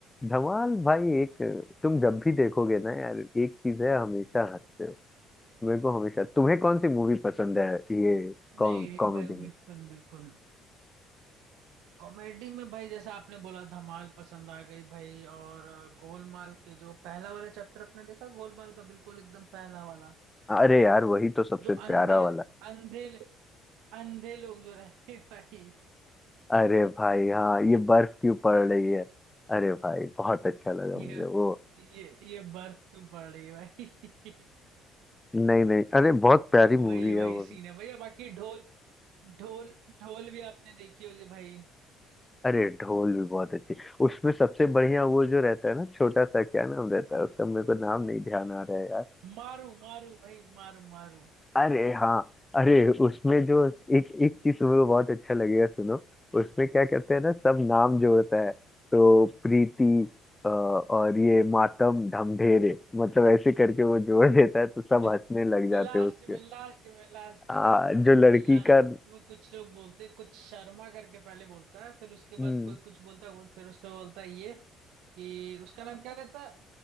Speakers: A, on the left; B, on the right.
A: धमाल भाई एक तुम जब भी देखोगे ना यार एक चीज है हमेशा हंसते हो मेरे को हमेशा तुम्हें कौन सी मूवी पसंद है ये कॉम,
B: नहीं नहीं
A: कॉमेडी
B: भाई बिल्कुल
A: में
B: बिल्कुल कॉमेडी में भाई जैसा आपने बोला धमाल पसंद आ गई भाई और गोलमाल के जो पहला वाला चैप्टर आपने देखा गोलमाल का बिल्कुल एकदम पहला वाला
A: अरे यार वही तो सबसे
B: जो
A: प्यारा
B: अंधे
A: वाला
B: अंधे अंधे लोग जो रहते हैं भाई
A: अरे भाई हाँ ये बर्फ क्यों पड़ रही है अरे भाई बहुत अच्छा लगा
B: ये
A: मुझे वो
B: ये ये बर्फ क्यों पड़ रही है भाई
A: नहीं नहीं अरे बहुत प्यारी
B: <laughs> वही
A: मूवी
B: वही
A: है वो
B: सीन है भैया बाकी ढोल ढोल ढोल भी आपने देखी होगी भाई
A: अरे ढोल भी बहुत अच्छी उसमें सबसे बढ़िया वो जो रहता है ना छोटा सा क्या नाम रहता है उसका मेरे को नाम नहीं ध्यान आ रहा है
B: मारू मारू भाई मारू मारू
A: अरे हाँ अरे उसमें जो एक एक चीज तुम्हें तो बहुत अच्छा लगेगा सुनो उसमें क्या कहते हैं ना सब नाम जोड़ता है तो प्रीति अ, और ये मातम ढमढेरे मतलब ऐसे करके वो जोड़ देता है तो सब
B: <laughs>
A: हंसने लग जाते
B: लास्ट
A: हैं उसके
B: में लास्ट में लास्ट
A: आ, जो लड़की
B: लास्ट
A: का
B: में कुछ लोग बोलते कुछ शर्मा करके पहले बोलता है फिर उसके
A: हम्म,
B: बाद कोई कुछ बोलता है कुछ फिर उसका बोलता है ये कि उसका नाम क्या रहता है